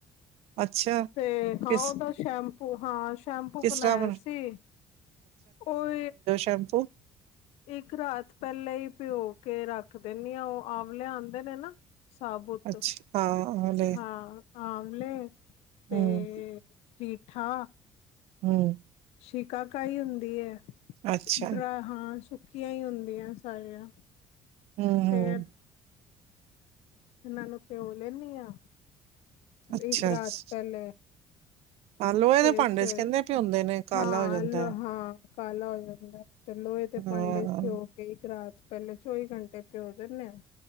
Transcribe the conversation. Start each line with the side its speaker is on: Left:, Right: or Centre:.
Right: ਅੱਛਾ
Left: ਤੇ ਹਾਂ
Right: ਕਿਸ
Left: ਉਹਦਾ ਸ਼ੈਂ ਹਾਂ ਸ਼ੈਂਪੂ
Right: ਕਿਸ
Left: ਬਣਾਇਆ
Right: ਤਰ੍ਹਾਂ ਬਣ-
Left: ਸੀ ਉਹ
Right: ਟੈਂਪੋ
Left: ਇੱਕ ਰਾਤ ਪੈਲੇ ਹੀ ਭੇਂਓ ਕੇ ਰੱਖ ਦਿੰਦੀ ਆ ਉਹ ਆਂਵਲੇ ਆਂਦੇ ਨੇ ਨਾ ਸਾਬੂਤ
Right: ਅੱਛਾ ਹਾਂ ਹਲੇ
Left: ਹਾਂ ਆਮਲੇ ਤੇ
Right: ਹਮ
Left: ਰੀਠਾ
Right: ਹੁੰ।
Left: ਸ਼ਿਕਾਕਾਹੀ ਹੁੰਦੀ ਏ
Right: ਅੱਛਾ
Left: ਡਰਾ ਹਾਂ ਸੁੱਕੀਆਂ ਹੀ ਹੁੰਦੀਆਂ ਸਾਰੀਆਂ
Right: ਹਮ ਹਮ
Left: ਤੇ ਇਹਨਾਂ ਨੂੰ ਪਿਉ ਲੈਂਦੀ ਐ।
Right: ਅੱਛਾ
Left: ਇੱਕ ਰਾਤ
Right: ਅੱਛਾ।
Left: ਪਹਿਲੇ।
Right: ਹਾਂ ਲੋਹੇ
Left: ਤੇ
Right: ਦੇ ਭਾਂਡੇ
Left: ਸੇਵਰੇ
Right: ਚ ਕਹਿੰਦੇ ਭਿਉਂਦੇ ਨੇ ਕਾਲਾ
Left: ਹਾਂ
Right: ਹੋ ਜਾਂਦਾ
Left: ਅਲੌ
Right: ਹੈ
Left: ਹਾਂ ਕਾਲਾ ਹੋ ਜਾਂਦਾ ਐ। ਤੇ ਲੋਹੇ ਦੇ
Right: ਹਾਂ
Left: ਭਾਂਡੇ ਚ ਪਿਓ ਕ ਰਾਤ ਪਹਿਲੇ ਚੌਵੀ ਘੰਟੇ ਪਿਓ ਦਿੰਦੇ ਹ